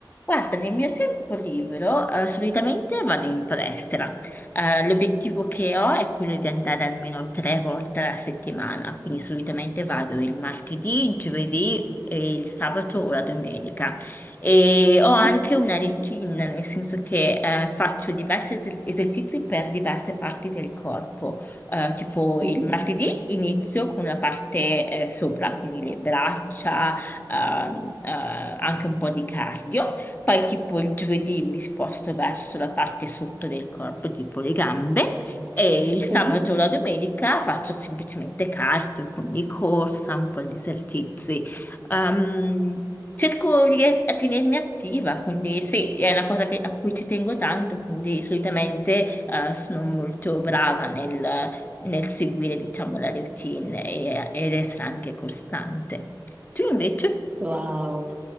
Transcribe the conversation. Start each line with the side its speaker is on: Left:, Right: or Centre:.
Left: Guarda, nel mio tempo libero, eh, solitamente vado in palestra. Eh, l'obiettivo che ho è quello di andare almeno tre volte alla settimana, quindi solitamente vado il martedì, il giovedì e il sabato o la domenica. E ho
Right: Mhm,
Left: anche una routine, nel senso che eh, faccio diversi es- esercizi per diverse parti del corpo. Eh, tipo il
Right: mhm,
Left: martedì inizio con la parte eh, sopra, quindi le braccia, ehm, eh, anche un po' di cardio. Poi tipo il giovedì mi sposto verso la parte sotto del corpo, tipo le gambe, e il sabato
Right: mhm.
Left: o la domenica faccio semplicemente cardio, quindi corsa, un po' di esercizi. Ehm, cerco di ries- a tenermi attiva, quindi sì, è una cosa che- a cui ci tengo tanto, quindi solitamente eh, sono molto brava nel, nel seguire, diciamo, la routine e, ed essere anche costante. Tu invece?
Right: Wow,